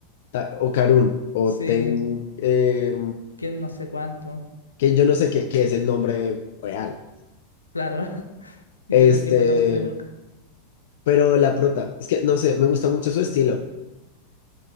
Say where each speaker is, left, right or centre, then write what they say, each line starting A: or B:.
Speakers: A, on the left; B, on the left.
A: Ta- o Karun o
B: Sí,
A: Ten. eh,
B: quién no sé cuánto.
A: Ken, yo no sé qué, qué es el nombre real.
B: Claro, <laughs> y
A: Este,
B: que la tipa la vuelve loca.
A: pero la prota. Es que no sé, me gusta mucho su estilo.